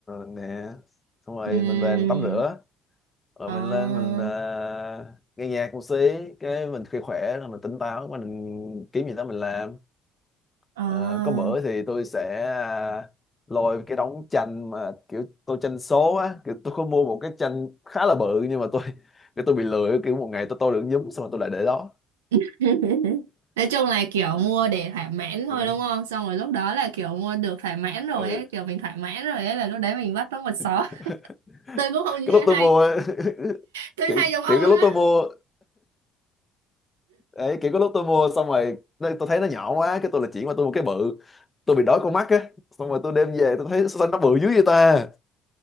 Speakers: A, on the left (about 25°); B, on the right (about 80°).
A: nè. Xong rồi
B: Ừm.
A: mình về mình tắm rửa rồi
B: Ờ,
A: mình lên mình à, nghe nhạc một xí cái mình khi khỏe rồi mình tỉnh táo mình kiếm gì đó mình làm
B: ờ.
A: Ờ, có bữa thì tôi sẽ à, lôi cái đống tranh mà kiểu tôi tranh số á kiểu tôi có mua một cái tranh khá là bự nhưng mà tôi cái tôi bị lười kiểu một ngày tôi tôi được nhúm xong rồi tôi lại để đó
B: <laughs> Nói chung là kiểu mua để thỏa mãn
A: ừ.
B: thôi đúng không? Xong rồi lúc đó là kiểu mua được thỏa mãn rồi
A: Ừ.
B: ấy, kiểu mình thỏa mãn rồi ấy là lúc đấy mình bắt nó một xó.
A: <laughs>
B: <laughs> Tôi cũng không
A: cái
B: như thế
A: lúc tôi
B: hay,
A: mua á, <laughs>
B: tôi
A: kiểu,
B: hay giống ông
A: kiểu cái
B: lắm
A: lúc
B: á.
A: tôi mua Đấy, kiểu có lúc tôi mua xong rồi nó- tôi thấy nó nhỏ quá cái tôi là chuyển qua tôi mua cái bự tôi bị đói con mắt á xong rồi tôi đem về tôi thấy sao nó bự dữ vậy ta